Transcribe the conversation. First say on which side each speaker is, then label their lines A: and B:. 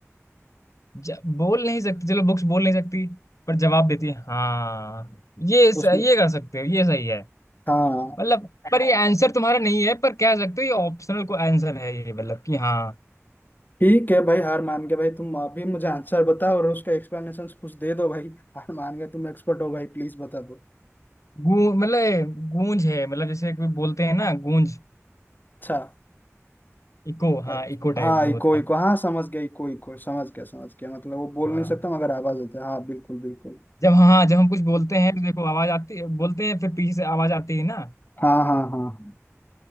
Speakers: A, on the left; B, on the left.
A: ज- बोल नहीं सकती चलो बुक्स बोल नहीं सकती पर जवाब देती है हाँ ये स,
B: उसमें
A: ये कर सकते हो ये सही है
B: हाँ
A: मतलब पर ये आंसर तुम्हारा नहीं है पर कह सकते हो ये ऑप्शनल को आंसर है ये मतलब कि हाँ
B: ठीक है भाई हार मान के भाई तुम अभी मुझे आंसर बताओ और उसका एक्सप्लेनेशन कुछ दे दो भाई <laughs> हार मान गए तुम एक्सपर्ट हो भाई प्लीज बता दो
A: गूंज मतलब ये गूंज है मतलब जैसे कोई बोलते हैं ना गूंज
B: अच्छा
A: इको हाँ
B: अ,
A: इको
B: हाँ
A: टाइप जो
B: इको
A: होता
B: इको
A: है
B: हाँ समझ गया इको इको समझ गया समझ गया मतलब वो बोल
A: हाँ
B: नहीं सकता मगर आवाज होता है हाँ बिल्कुल बिल्कुल
A: जब हाँ जब हम कुछ बोलते हैं तो देखो आवाज आती है बोलते हैं फिर पीछे से आवाज आती है ना
B: हाँ हाँ हाँ हाँ।